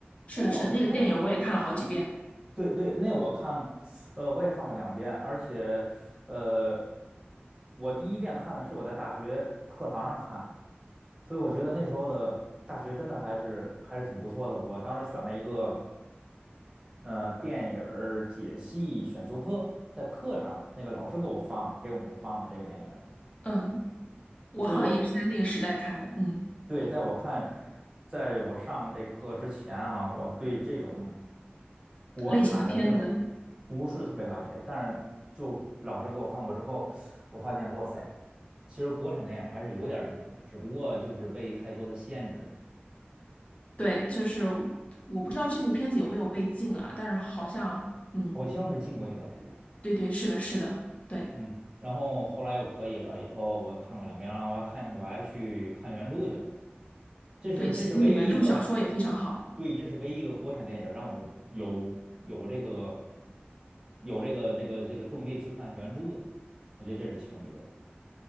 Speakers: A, on the left; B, on the right.
A: 是的，
B: 那种那个，
A: 是的，那个电影我也看了好几遍。
B: 对对，那我看，呃，我也看过两遍，而且呃，我第一遍看的是我在大学课堂上看的。所以我觉得那时候的大学真的还是还是挺不错的。我当时选了一个。呃电影儿解析选修课，在课上那个老师给我放给我们放的这个电影儿，
A: 嗯，我好像也是在那个时代看的。
B: 所以我
A: 嗯，
B: 对在我看，在我上这课之前啊，我对这种国产的这种
A: 类型的片子，
B: 不是特别了解，但是就老师给我放过之后，我发现哇塞，其实国产电影还是有点儿东西的，只不过就是被太多的限制，
A: 对，就是我不知道这部片子有没有被禁啊，但是好像，嗯，
B: 好像是禁过一段时间。
A: 对对，是的，是的，对
B: 嗯，然后后来又可以了，以后我看过两遍了，我还看我还去看原著去了。这是这是唯一一个，
A: 对，那个原著小说也非常好。
B: 对，这是唯一一个国产电影让我有有这个有这个这个这个动力去看原著的，我觉得这是其中一个。